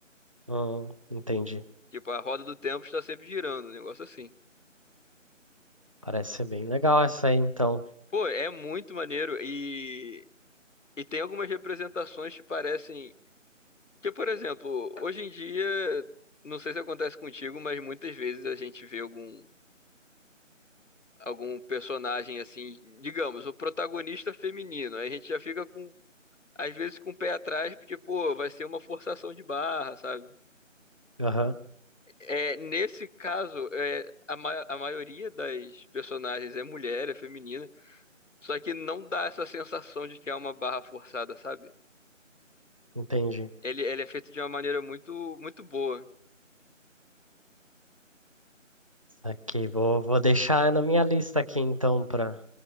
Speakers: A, on the right; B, on the left.
A: Hum, entendi.
B: Tipo, a roda do tempo está sempre girando, um negócio assim.
A: Parece ser bem legal essa aí, então.
B: Pô, é muito maneiro e, e tem algumas representações que parecem. Que, por exemplo, hoje em dia, não sei se acontece contigo, mas muitas vezes a gente vê algum, algum personagem assim, digamos, o protagonista feminino. Aí a gente já fica com, às vezes, com o pé atrás, porque, pô, vai ser uma forçação de barra, sabe?
A: Aham,
B: É, nesse caso, é, a, ma- a maioria das personagens é mulher, é feminina, só que não dá essa sensação de que é uma barra forçada, sabe?
A: entendi.
B: Ele, ele é feito de uma maneira muito, muito boa.
A: Aqui, vou, vou deixar na minha lista aqui, então, para